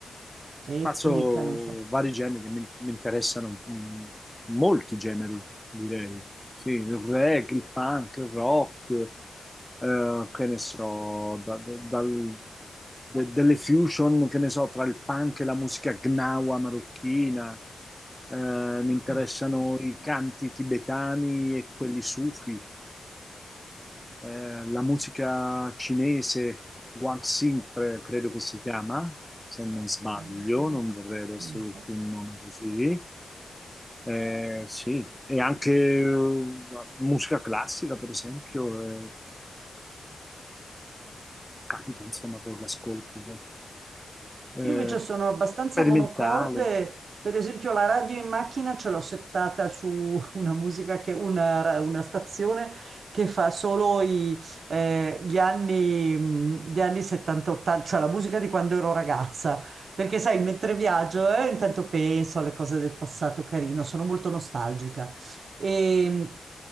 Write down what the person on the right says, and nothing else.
Etnica,
non so.
Urca.
Mm,
Non so.
Io invece sono abbastanza
monocorde, per esempio la radio in macchina ce l'ho settata su <laughs> una musica che, una, ra- una stazione che fa solo i, eh, gli anni, mh, gli anni 70-80, cioè la musica di quando ero ragazza, perché sai, mentre viaggio, eh, intanto penso alle cose del passato carino, sono molto nostalgica. E, mh,